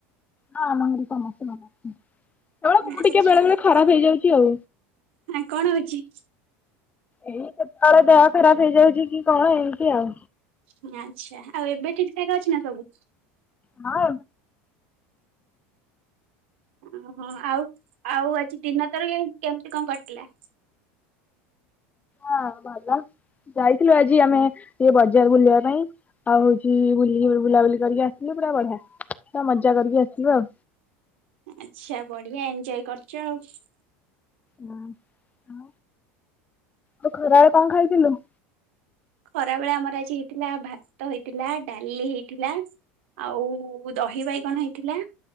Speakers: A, on the left; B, on the right.
A: ହଁ ଆମ ଘରେ ସମସ୍ତେ ଭଲ ଅଛନ୍ତି। ହଁ ମୁଁ
B: ଆଚ୍ଛା
A: ଟିକେ ବେଳେ ବେଳେ ଖରାପ ହେଇଯାଉଛି ଆଉ।
B: ଆ, କଣ ହଉଛି
A: ଏଇ କେତେବେଳେ ଦେହ ଖରାପ ହେଇଯାଉଛି କି କଣ ଏମିତି ଆଉ।
B: ହଁ ଆଚ୍ଛା ଆଉ ଏବେ ଠିକ ଠୃକା ଅଛି ନା ସବୁ?
A: ହଁ।
B: ଅଁ, ହଁ ଆଉ ଆଉ ଆଜି ଦିନ ତୋର କେ-କେମତି କଣ କଟିଲା?
A: ହଁ ଭଲ ଯାଇଥିଲୁ ଆଜି ଆମେ ଟିକେ ବଜାର ବୁଲିବା ପାଇଁ। ଆଉ ହଉଛି ବୁଲିି ବୁଲାବୁଲି କରିକି ଆସିଲୁ ପୁରା ବଢିଆ, ପୁରା ମଜା କରିକି ଆସିଲୁ ଆଉ।
B: ଆଛା ବଢିଆ ଏଞ୍ଜୟ କରୁଛ ଆଉ
A: ହଁ ଆଉ ଖରାବେଳେ କଣ ଖାଇଥିଲୁ?
B: ଖରା ବେଳେ ଆମର ଆଜି ହେଇଥିଲା ଭାତ ହେଇଥିଲା ଡାଲି ହେଇଥିଲା ଆଉ ଦହିିବାଇଗଣ ହେଇଥିଲା